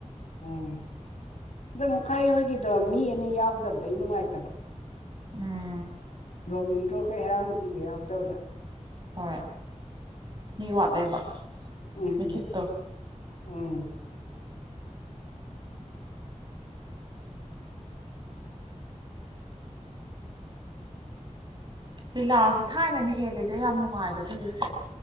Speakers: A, on the left; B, on the right.
A: ꯎꯝ ꯗꯣ ꯃꯨꯛꯈꯥꯏ ꯍꯣꯏꯒꯤꯗꯣ ꯃꯤ ꯑꯅꯤ ꯌꯥꯎꯗꯕꯗꯩ ꯅꯨꯡꯉꯥꯏꯇꯕ
B: ꯎꯝ
A: ꯔꯣꯕꯤꯟꯗ꯭ꯔꯣ ꯒ ꯍꯦꯔꯥꯃꯣꯇꯤꯒ ꯌꯥꯎꯗꯕꯗ
B: ꯍꯣꯏ ꯃꯤ ꯋꯥꯠꯂꯦꯕ
A: ꯎꯝ
B: ꯃꯤꯊꯤꯠꯇꯣ
A: ꯎꯝ
B: ꯂꯤꯂꯥꯁꯦ ꯊꯥꯏꯅꯅ ꯍꯦꯜꯂꯤꯗ ꯌꯥꯝ ꯅꯨꯡꯉꯥꯏꯕꯁꯦ ꯍꯧꯖꯤꯛꯁꯦ